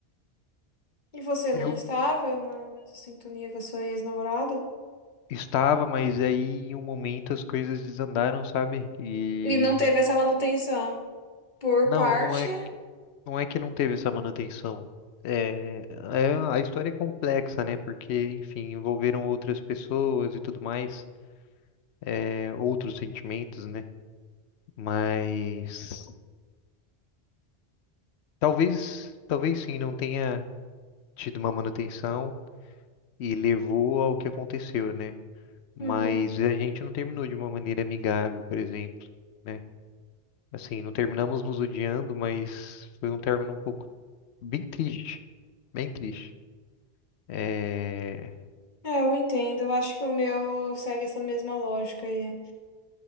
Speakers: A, on the left; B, on the left.
A: E você não
B: eu
A: estava na sintonia com a sua ex-namorada?
B: estava, mas aí em um momento as coisas desandaram, sabe? E
A: Ele não teve essa manutenção por
B: não,
A: parte.
B: não é, que- não é que não teve essa manutenção. É, é- a história é complexa, né? Porque, enfim, envolveram outras pessoas e tudo mais, é, outros sentimentos, né? mas talvez, talvez sim, não tenha tido uma manutenção e levou ao que aconteceu, né? Mas
A: Uhum.
B: a gente não terminou de uma maneira amigável, por exemplo, né? Assim, não terminamos nos odiando, mas foi um término um pouco bem triste, bem triste. É,
A: É, eu entendo. Eu acho que o meu segue essa mesma lógica aí.